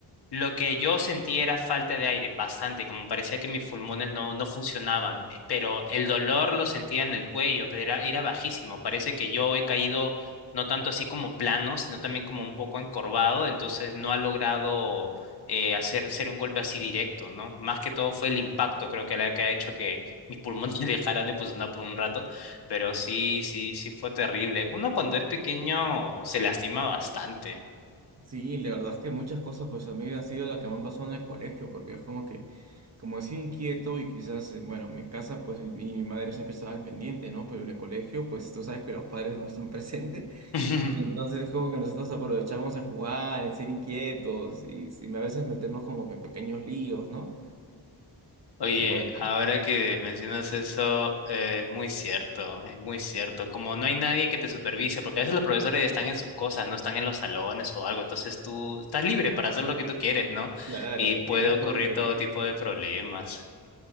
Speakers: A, on the left; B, on the right.
A: lo que yo sentí era falta de aire, bastante, como parecía que mis pulmones no, no funcionaban, eh, pero el dolor lo sentía en el cuello, pero era, era bajísimo, parece que yo he caído no tanto así como plano, sino también como un poco encorvado, entonces no ha logrado eh, hacer ser un golpe así directo, ¿no? Más que todo fue el impacto, creo que la que ha hecho que mis pulmones <laughs> dejaran de funcionar por un rato. Pero sí, sí, sí fue terrible. Uno cuando es pequeño se lastima bastante.
B: Sí, la verdad es que muchas cosas, pues a mí ha sido la que me han pasado en el colegio, porque es como que, como he sido inquieto y quizás, eh, bueno, en mi casa, pues y- mi madre siempre estaba al pendiente, ¿no? Pero en el colegio, pues tú sabes que los padres no están <laughs> presentes,
A: <laughs>
B: y entonces es como que nosotros aprovechamos en jugar, en ser inquietos, y, y a veces meternos como que en pequeños líos, ¿no?
A: Oye,
B: Y bueno,
A: ahora que mencionas eso, eh, es muy cierto, es muy cierto. Como no hay nadie que te supervise, porque a veces los profesores están en sus cosas, no están en los salones o algo, entonces tú estás libre para hacer lo que tú quieres, ¿no?
B: claro,
A: Y puede
B: y es
A: ocurrir
B: como que
A: todo tipo de problemas.